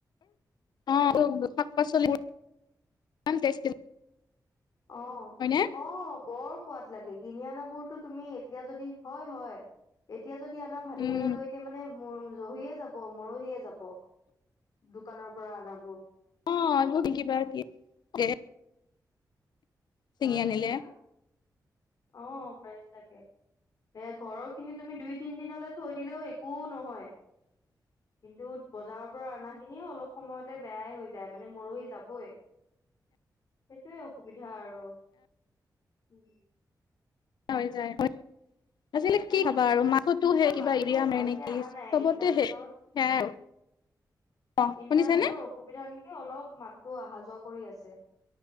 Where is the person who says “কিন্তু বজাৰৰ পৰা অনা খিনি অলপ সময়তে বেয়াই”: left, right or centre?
Left